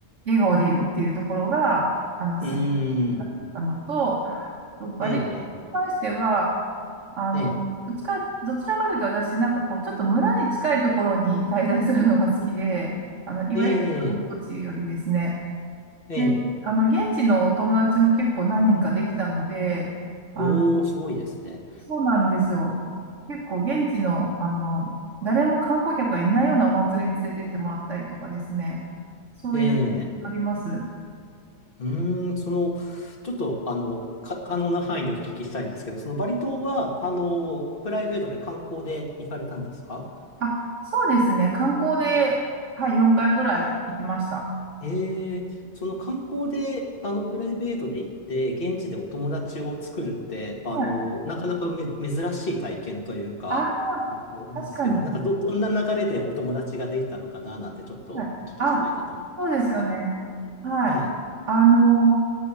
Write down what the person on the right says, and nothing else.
笑顔でいるっていうところが、あの、す、
あのと、バリ島に関しては、
あの、
どっちか、どちらかというと私、なんかこう、ちょっと村に近いところに滞在するのが好きで、あの、いわゆる観光地よりですね。
で、あの、現地のお友達も結構何人かできたので、あの、
そうなんですよ。結構現地の、あの、誰も観光客がいないようなお祭りに連れて行ってもらったりとかですね。そういう、
あります。
あ、そうですね。観光で、はい、4回ぐらい行きました。
はい。
あ、
確かに。
はい。あ、そうですよね。はい。
あの、普